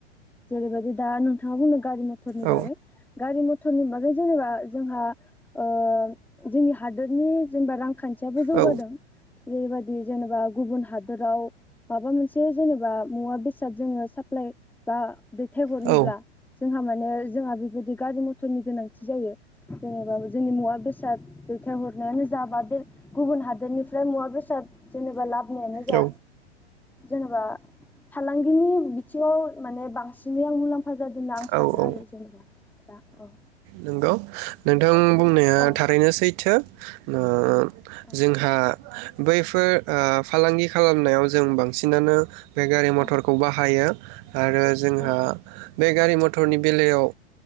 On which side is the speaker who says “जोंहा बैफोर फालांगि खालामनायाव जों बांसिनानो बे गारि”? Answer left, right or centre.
Right